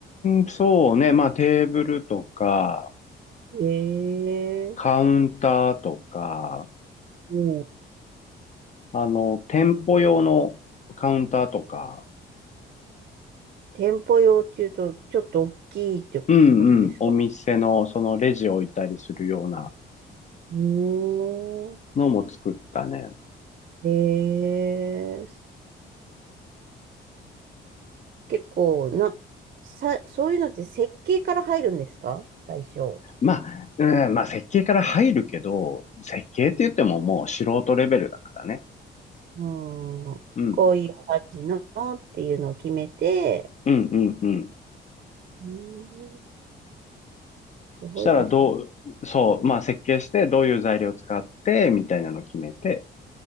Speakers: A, on the left; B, on the right.
A: ん、そうね。まあ、テーブルとか、
B: ええ
A: カウンターとか、
B: もう
A: あの、店舗用のカウンターとか、
B: 店舗用っていうとちょっと大きいってことですか
A: うんうん、お店のそのレジを置いたりするような
B: うーん。
A: のも作ったね。
B: ええ結構な、さ、そういうのって設計から入るんですか最初。う
A: まあ、うん、まあ、設計から入るけど、設計って言ってももう素人レベルだからね。
B: ん。
A: うん、
B: こういう感じのっていうのを決めて、
A: うん、うん、うん。
B: うーん、すごいですね。
A: したらどう、そう、まあ、設計してどういう材料を使って、みたいなのを決めて、